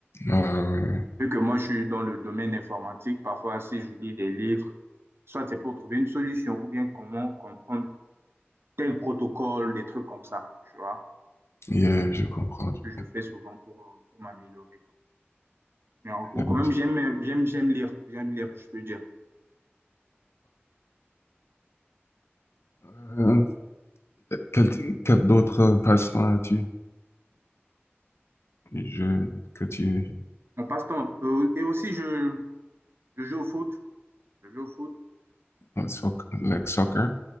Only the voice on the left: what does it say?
Euh,
yeah, je comprends, je
comprends.
Euh, quel, quel d'autres passe-temps as-tu? Les jeux que tu...
le soc- le soccer.